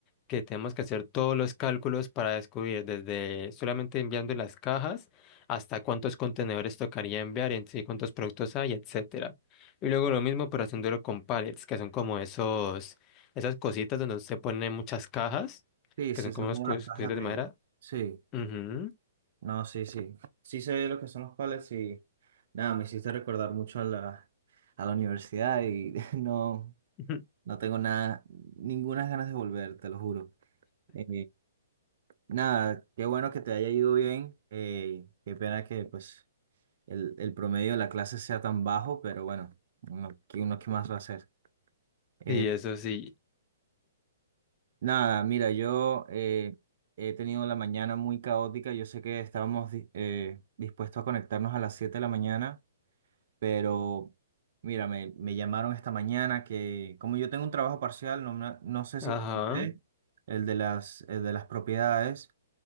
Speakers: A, on the left; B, on the right.
A: que tenemos que hacer todos los cálculos para descubrir desde solamente enviando las cajas hasta cuántos contenedores tocaría enviar en sí, cuántos productos hay, etcétera. Y luego lo mismo, pero haciéndolo con pallets, que son como esos esas cositas donde usted pone muchas cajas,
B: Sí,
A: que
B: sí,
A: son
B: son
A: como unas
B: como
A: cos-
B: las cajas
A: cositas
B: de...
A: de madera.
B: Sí,
A: Ujú.
B: no, sí, sí. Sí sé lo que son los pallets y nada, me hiciste recordar mucho a la, a la universidad y <laughs> no,
A: <laughs>
B: no tengo nada, ninguna ganas de volver, te lo juro. Eh, Nada, qué bueno que te haya ido bien. eh, qué pena que pues el, el promedio de la clase sea tan bajo, pero bueno, uno, ¿qué, uno qué más va a hacer? Eh,
A: Sí, eso sí.
B: nada, mira, yo eh, he tenido la mañana muy caótica. Yo sé que estábamos di- eh, dispuestos a conectarnos a las 7 de la mañana, pero mira, me, me llamaron esta mañana que como yo tengo un trabajo parcial, no, me- no sé
A: Ajá.
B: si te conté, el de las, el de las propiedades